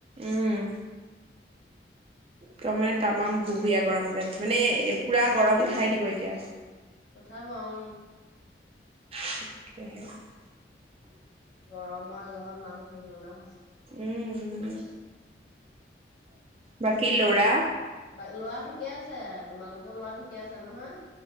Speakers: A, on the right; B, on the left.
A: উম তমানে তামাম ভুভিয়া গৰমতে আজি মানে
B: উম
A: পূৰা গৰম উঠাই দিব এতিয়া।
B: উঠাব অও
A: তাকেহে
B: গৰমৰ জহত মানুহ থাকিব নোৱাৰা হৈছে।
A: উম বাকী ল'ৰা
B: বা ল'ৰা ঠিকে আছে। তোমালোকৰ ল'ৰা ঠিকে আছে নহয়?